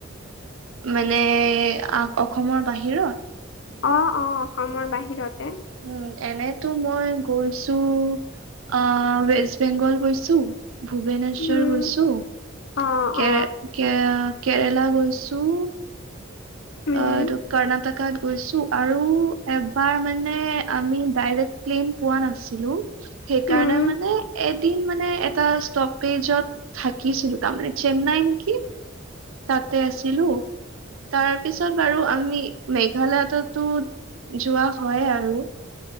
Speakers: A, on the right; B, on the left.
A: মানে আহ অসমৰ বাহিৰত?
B: অ, অ, অসমৰ বাহিৰতে।
A: উম, এনেতো মই গৈছো অ', ৱেষ্ট বেংগল গৈছোঁ। ভূৱনেশ্বৰ
B: উম
A: গৈছোঁ
B: অ
A: কে
B: অ
A: কে কেৰেলা গৈছোঁ।
B: উম
A: অ', কৰ্ণাটকাত গৈছো আৰু এবাৰ মানে আমি ডাইৰেক প্লেইন পোৱা নাছিলো সেইকাৰণে
B: উম
A: মানে এত দিন মানে এটা ষ্টপেজত থাকিছিলোঁ তাৰমানানে চেন্নাই নেকি। তাতে আছিলোঁ। তাৰ পিছত বাৰু আমি মেঘালয়ততো যোৱা হয় আৰু।